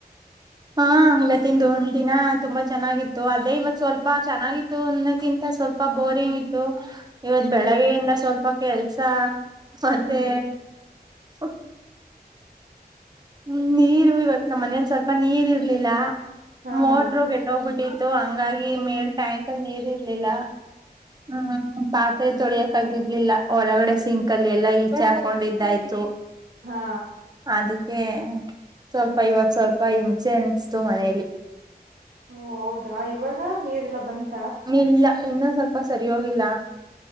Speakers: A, on the right; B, on the right.
A: ಹಾ ಇವತ್ತಂದು ಒಂದ ದಿನ ತುಂಬಾ ಚೆನ್ನಾಗಿತ್ತು ಅದೇ ಇವತ್ ಸ್ವಲ್ಪ ಚೆನ್ನಾಗಿತ್ತು ಅಣ್ಣದಕ್ಕಿಂತ ಸ್ವಲ್ಪ ಬೋರಿಂಗ್ ಇತ್ತು ಇವತ್
B: ಹ್ಮ್
A: ಬೆಳಗ್ಗೆಯಿಂದ ಸ್ವಲ್ಪ ಕೆಲ್ಸ ಮತ್ತೆ
B: ಹ್ಮ್
A: <unintelligible> ಹ್ಮ್ ನೀರು ಇವತ್ ನಮ್ಮ್ ಮನೇಲಿ ಸ್ವಲ್ಪ ನೀರ್ ಇರ್ಲಿಲ್ಲ
B: ಹಾ
A: ಮೋಟರು
B: ಹಾ
A: ಕೆಟ್ಟೋಗ್ಬಿಟ್ಟಿತ್ತು ಹಂಗಾಗಿ ಈ ಮೇಲ್ ಟ್ಯಾಂಕ್ ಅಲ್ಲಿ ನೀರ್ ಇರ್ಲಿಲ್ಲ ಹ್ಮ್ <unintelligible> ಕೈ ತೊಳಿಯಕ್ಕಾಗಿರ್ಲಿಲ್ಲ ಒಳಗಡೆ ಸಿಂಕಲ್ಲಿ ಎಲ್ಲ ಈಚೆ ಹಾಕೊಂಡಿದ್ದಾಯ್ತು
B: ಹಾ
A: ಅದ್ಕ್ ಏ ಸ್ವಲ್ಪ ಇವಾಗ ಸ್ವಲ್ಪ ಹಿಂಚೆ ಅನ್ಸತು ಮನೇಲಿ
B: ಓ ಹೌದಾ ಇವಾಗ ನೀರೆಲ್ಲಾ ಬಂತ್
A: ಇಲ್ಲ ಇನ್ನೊಂದ್ ಸ್ವಲ್ಪ ಸರಿ ಹೋಗಿಲ್ಲ